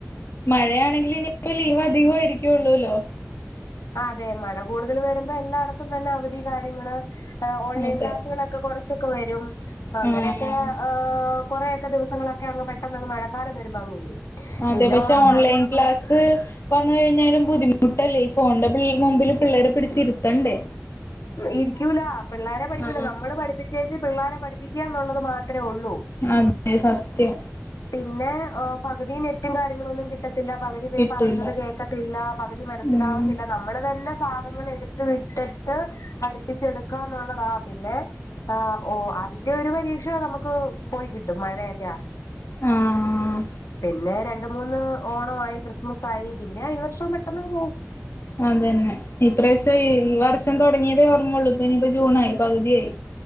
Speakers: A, on the left; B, on the left.
A: മഴയാണെങ്കിൽ ഇനിയിപ്പോ ലീവ് അധികമായിരിക്കള്ളൂല്ലോ.
B: ആ തെ മഴ കൂടുതല് വെരുമ്പോ എല്ലാടെത്തും തെന്നെ അവധി കാര്യങ്ങള് ഏഹ് ഓൺലൈൻ
A: അതെ
B: ക്ലാസുകളൊക്കെ കൊർച്ചൊക്കെ വെരും. പ്പങ്ങനെക്കാ
A: ആ ആ.
B: എഹ് ഏഹ് കൊറെയെക്കെ ദിവസങ്ങളൊക്കെ അങ് പെട്ടെന്നങ്ങ് മഴക്കാലം വെരുമ്പോ അങ്ങ് പോവും.
A: അതെ
B: പിന്നെ
A: പക്ഷെ
B: ഓണമായി
A: ഓൺലൈൻ ക്ലാസ് വന്ന് കഴിഞ്ഞാലും ബുദ്ധിമുട്ടല്ലേ ഈ ഫോണിന്റെ പിള് മുമ്പില് പിള്ളരെ പിടിച്ചിര്ത്തണ്ടേ.
B: ഇരിക്ക്യൂല. പിള്ളേരെ പഠിക്കൂല.
A: ആ
B: നമ്മള് പഠിപ്പിച്ചേ ച്ച് പിള്ളാരെ പഠിപ്പിക്ക്യാ ന്നുള്ളത് മാത്രേ ഉള്ളൂ.
A: അതെ സത്യം.
B: പിന്നെ എഹ് പകുതി നെറ്റും കാര്യങ്ങളൊന്നും കിട്ടത്തില്ല. പകുതി പേ
A: കിട്ടൂല
B: പറയുന്നത് കേ കത്തില്ല. പകുതി മനസ്സിലാാവത്തില്ല.
A: ഉം.
B: നമ്മള് തന്നെ ഭാഗങ്ങളെട്ത്ത് വിട്ട്ട്ട് അടിപ്പിച്ചെടുക്കാ ന്നുള്ളതാ. പിന്നെ ആഹ് ഓഹ് ആദ്യത്തെ ഒരു പരീക്ഷ നമക്ക് പോയി കിട്ടും മഴയൊക്കാണെങ്കി.
A: ആഹ്
B: പിന്നെ രണ്ട് മൂന്ന് ഓണവായി ക്രിസ്മസായി പിന്നെ ഈ വർഷോം പെട്ടെന്നങ്ങ്പോവും.
A: അതെന്നെ. ഈപ്രാവശ്യം ഈ വർഷം തൊടങ്ങിയതേ ഓർമ്മൊള്ളൂ ഇപ്പ ഇനിയിപ്പ ജൂണായി പകുതിയായി.